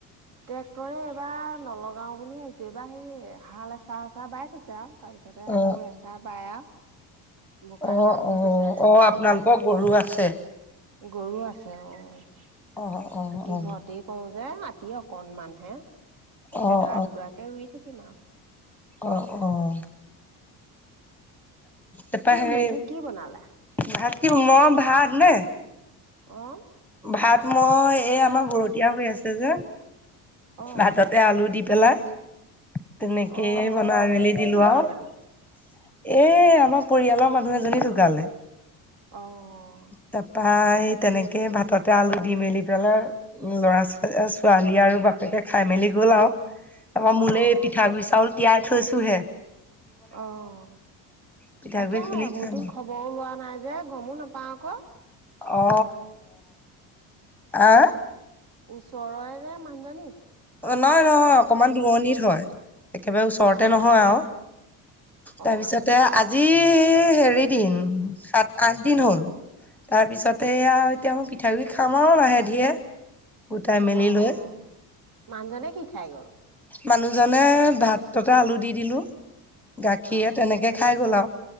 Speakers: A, on the right (about 60°); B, in the centre.
A: ট্ৰেক্টৰে এইবাৰ নলগাও বুলি ভাবিছো, এইবাৰ হেৰি হাল এচাহ এচাহ বাই থৈছে আৰু। তাৰপিছতে
B: অ'।
A: আকৌ এচাহ বায় আৰু। বোকা
B: অ',
A: দিম বুলি
B: অ',
A: কৈছে এদৰা
B: অ', আপোনালোকৰ
A: দুদৰাকে।
B: গৰু আছে।
A: গৰু আছে অহ।
B: অ', অ',
A: খেতি
B: অ',
A: ঘৰতেই কৰো যে, মাতি অকনমান হে।
B: অ',
A: এডৰা দুডৰাকেই ৰুই থা কিম আৰু।
B: অঁ, অঁ।
A: আৰু
B: তাৰপা হে,
A: বাকী কি বনালে
B: মই ভাত নে?
A: অহ।
B: ভাত মই এই আমাৰ বৰতিয়া হৈ আছে যে,
A: অ অ
B: ভাততে আলু দি পেলাই, তেনেকেই
A: অ
B: বনাই মেলি
A: কোন
B: দিলো
A: ঢুকালেনো
B: আৰু। এ আমাৰ পৰিয়ালৰ মানুহ এজনী ঢুকালে,
A: অ',
B: তাৰ পৰা তে ভাততে আলু দি মেলি পেলাই, ল'ৰা ছোৱাল ছোৱালী আৰু বাপেকে খাই মেলি গ'ল আৰু। তাৰপৰা
A: অ',
B: মোলৈ
A: অ',
B: পিঠাগুৰি চাউল তিয়াই থৈছো হে।
A: অ',
B: পিঠাগুৰি
A: তাকেহে
B: খুন্দি
A: বহুত
B: খাম
A: দিন
B: আৰু
A: খবৰো লোৱা নাই। যে গমো নাপাওঁ আক'।
B: অ', অ'। আ?
A: ওচৰয়েৰে মানুহজনী।
B: নহয়, নহয়, অকমান দূৰণিৰ হয়। একেবাৰে ওচৰতে
A: অ',
B: নহয় আৰু, তাৰপিছতে
A: অ',
B: আজি এ, হেৰি দিন সাত আঠ দিন হ'ল। তাৰপিছতে আৰু এতিয়া মই পিঠাগুড়ি খাম আৰু লাহে ধীৰে। গোটাই মেলি
A: অ',
B: লৈ।
A: মানুহজনে কি খাই গ'ল?
B: মানুহজনে ভাততে আলু দি দিলো। গাখীৰে
A: অ'।
B: তেনেকে খাই গ'ল আৰু।